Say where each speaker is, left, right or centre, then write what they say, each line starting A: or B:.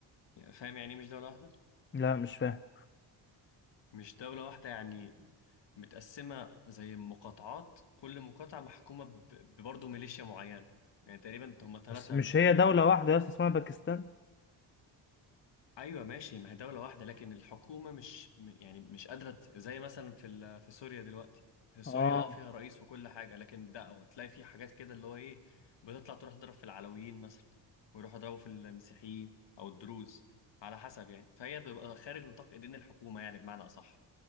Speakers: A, on the left (about 70°); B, on the left (about 25°).
A: يعني فاهم يعني ايه مش دولة واحدة
B: لا مش فاهم
A: مش دولة واحدة يعني متقسمة زي مقاطعات كل مقاطعة محكومة ب- ب- برضه ميليشيا معينة يعني تقريبا هم ثلاثة
B: بس مش
A: يعني
B: هي دولة واحدة يا اسطى اسمها باكستان
A: ايوه ماشي ما هي دوله واحده لكن الحكومه مش م- يعني مش قادره ت- زي مثلا في ال- في سوريا دلوقتي في سوريا
B: اه
A: اه فيها رئيس وكل حاجه لكن ده أو تلاقي في حاجات كده اللي هو ايه بتطلع تروح تضرب في العلويين مثلا ويروحوا يضربوا في المسيحيين او الدروز على حسب يعني فهي بتبقى خارج نطاق ايدين الحكومه يعني بمعنى اصح